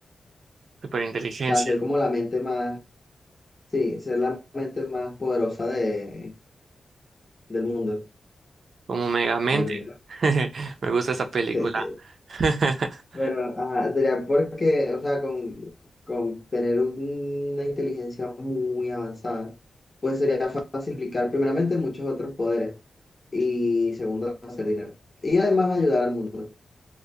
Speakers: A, on the right (about 55°); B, on the left (about 20°).
A: Superinteligencia,
B: sea, ser como la mente más, sí, ser la mente más poderosa de, del mundo
A: como Megamente.
B: o del universo.
A: <laughs> Me gusta esa película.
B: <laughs>
A: <laughs>
B: Pero, ajá, sería porque, o sea, con, con tener una inteligencia muy avanzada, pues sería fácil aplicar primeramente muchos otros poderes y segundo, hacer dinero. Y además ayudar al mundo.